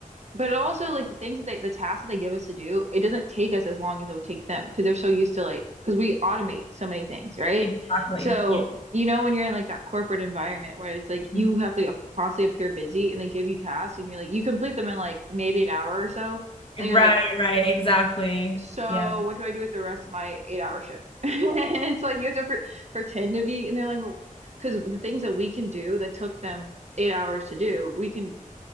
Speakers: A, on the right; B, on the left.
A: but also like the things that they, the tasks that they give us to do, it doesn't take us as long as it would take them because they're so used to like, because we automate so many things, right?
B: Exactly.
A: So,
B: Yeah.
A: you know, when you're in like that corporate environment where it's like
B: Mhm.
A: you have to constantly appear busy and they give you tasks and you're like, you complete them in like maybe an hour or so. And
B: Right,
A: you're like,
B: right, exactly.
A: so
B: Yeah.
A: what do I do with the rest of my eight hour shift? <laughs> And it's like you have to pre pretend to be, and they're like, well, because the things that we can do that took them eight hours to do, we can